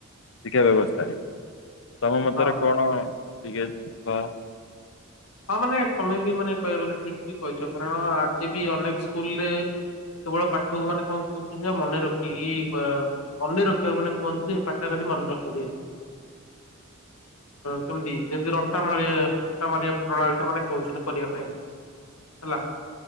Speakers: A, on the left; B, on the left.
A: ଶିକ୍ଷା ବ୍ୟବସ୍ଥାରେ ତମ ମତର
B: ହଁ
A: ଟିକେ କ
B: ହଁ ମାନେ ତମେ ବି ମାନେ କହିବାକୁ ଗଲେ, ଠିକ ବି କହିଛ କାରଣ ଆଜି ବି ଅନେକ ସ୍କୁଲରେ କେବଳ ପାଠକୁ ମାନେ କଣ କହୁଛନ୍ତି, ନା ମନେ ରଖିକି ମନେ ରଖିବାକୁ ମାନେ କୁହନ୍ତୁ ପାଠ କାଲି ମନେ ରଖିଦେ କେମିତି ଯେମିତି ରଟା ମ ରଟା ରୋନାଲଡ ମାନେ କହୁଛନ୍ତି କରିବା ପାଇଁ ହେଲା